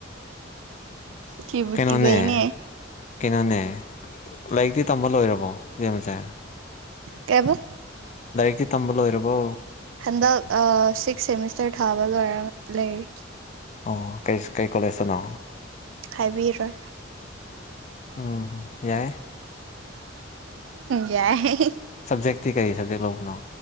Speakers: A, on the right; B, on the left.
A: ꯀꯤꯕꯨ
B: ꯀꯩꯅꯣꯅꯦ
A: ꯀꯤꯖꯩꯅꯦ
B: ꯀꯩꯅꯣꯅꯦ ꯂꯥꯏꯔꯤꯛꯇꯤ ꯇꯝꯕ ꯂꯣꯏꯔꯕꯣ ꯏꯕꯦꯝꯃꯁꯦ
A: ꯀꯩꯍꯥꯏꯕ
B: ꯂꯥꯏꯔꯤꯛꯇꯤ ꯇꯝꯕ ꯂꯣꯏꯔꯕꯣ
A: ꯍꯟꯗꯛ‌ ꯑ ꯁꯤꯛꯁ ꯁꯦꯃꯤꯁꯇꯔ ꯊꯥꯕ ꯂꯣꯏꯔꯒ ꯂꯩꯔꯤ
B: ꯑꯣ ꯀꯩ ꯀꯩ ꯀꯣꯂꯦꯖꯇꯅꯣ
A: ꯍꯥꯏꯕꯤꯔꯣꯏ
B: ꯎꯝ ꯌꯥꯏ
A: ꯌꯥꯏ
B: ꯁꯞꯖꯦꯛꯇꯤ ꯀꯔꯤ ꯁꯞꯖꯦꯛ ꯂꯧꯕꯅꯣ